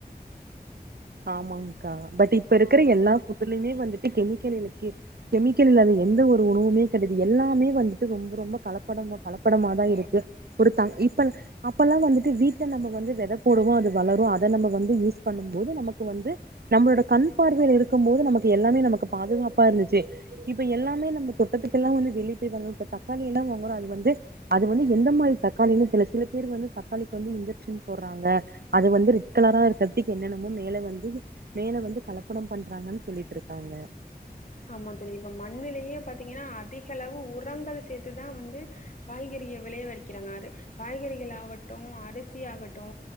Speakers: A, on the right (about 75°); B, on the left (about 50°).
A: ஆமாங்கா பட் இப்ப இருக்குற
B: ஆமா
A: எல்லா புட்டுலயுமே வந்துட்டு கெமிக்கல் இருக்கே கெமிக்கல் இல்லது எந்த ஒரு உணவுமே கெடையாது எல்லாமே வந்துட்டு ரொம்ப ரொம்ப கலப்பட கலப்படமாதா இருக்கு <unintelligible> அப்பெல்லா வந்துட்டு வீட்ல நம்ம வந்து வெத போடுவோ அது வளரு அத நம்ம வந்து யூஸ் பண்ணும் போது நமக் கு வந்து நம்பளோட கண் பார்வையில இருக்கும் போது நமக்கு எல்லாமே நமக்கு பாதுகாப்பா இருந்துச்சு இப்ப எல்லாமே நம்ம தொட்டத்துக்கெல்லா வந்து வெளிய போய் வாங்றோ இப்ப தக்காளியெல்லா வாங்குறோ அது வந்து அது வந்து எந்த மாரி தக்காளின்னு சில சில பேர் வந்து தக்காளிக்கு வந்து இன்ஜெக்சன் போடுறாங்க அது வந்து ரெட்கலரா இருக்கறதுக்கு என்னென்னமோ மேல வந்து <unintelligible> மேல வந்து கலப்படம் பண்றாங்கன்னு சொல்லிட்டுருக்காங்க
B: ஆமா தோழி இப்போ மண்ணுலேமே பாத்தீங்கன்னா அதிகளவு உரங்கள் சேத்துதா வந்து காய்கறியை விளைய வைக்கிறாங்காரு காய்கறிகலாட்டு அரிசி ஆகட்டு